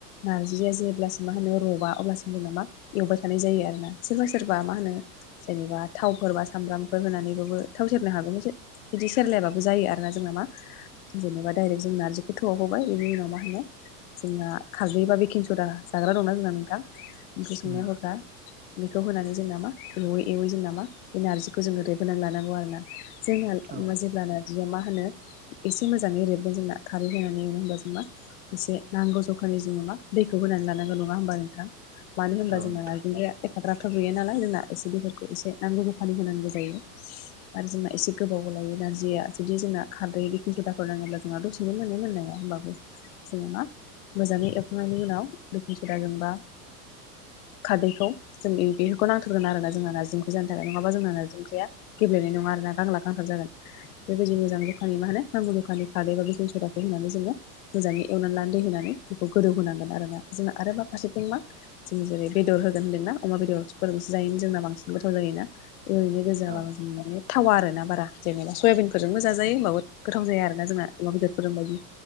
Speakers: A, on the left (about 60°); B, on the right (about 20°).
A: नारजिया जेब्लासिम मा होनो रबा अब्लासिम जोंना मा एवबाय था थानाय जायो आरो ना। सोरबा सोरबा मा होनो जेनेबा थावफोर बा सामब्रामफोर होनानैबो थाव सेरनो हागौमोनसो बिदि सेरलायाबाबो जायो आरोना। जोंनामा जेनेबा डाइरेक्ट जों नारजिखौ थोवआव होबाय बिनि उनाव मा होनो जोंना खारदै बा बेकिं सदा जाग्रा दंना जोंना नोंथां? ओंख्रि संनायाव
B: उम
A: होग्रा बेखौ होनानै जों नामा एवै एवै जोंनामा बे नारजिखौ जोङो रेबोनानै लानांगौ आरो ना। जोंहा
B: औ
A: मा जेब्लाना बियो मा होनो एसे मोजाङै रेबगोन जोंना खारै होनानै एरो होनबासो मा एसे नांगौ जखानि जोङो मा दैखौ होनानै लानांगौ नङा होनबा नों मानो होनबा
B: औ
A: जोंना
B: नोंथां
A: नारजि एफाग्राथ' गैया नालाय जोंना, एसे दैफोरखौ एसे नांगौ ज जखानि होनांगौ जायो‌। आरो जोंना एसे गोबाव लायो नारजिया जुदि जोंना खारदै बेखिं सदाखौ नाङोब्ला जों दसेनो मोनो मोननाया होमबाबो जोङो मा मोजाङै एरखांनायनि उनाव बेखिं सदा जों बा खारदैखौ जों बेफोरखौ नांथारगोन आरो ना जोंना नारजि ओंख्रिया जानो थाखाय नङाबा जोंना नारजि ओंख्रिया गेब्लेनाय नङा आरोना गांलाब गांथाब जागोन। बेबायदि मोजां जखानानि मा होनो नांगौ जखानि खारै एबा बेकिं सदाखौ होनानै जोङो मोजाङै एवनानै लाना दै होनानै बेखौ गोदौ होनोनांगोन आरो ना जोंना आरोबाव फासे मा जों जेरै बेदर होगोन होन्दोंना अमा बेदरफोरसे जायोनो जोंना बांसिन गोथाव जायोना ओरैनो गोजाबाबो
B: औ
A: जों माने थावा आरोना बारा जेनेबा सयाबिनफोरजोंबो जाजायो होमबाबो गोथाव जाया आरोना जोंना अमा बेदरफोरजों बायदि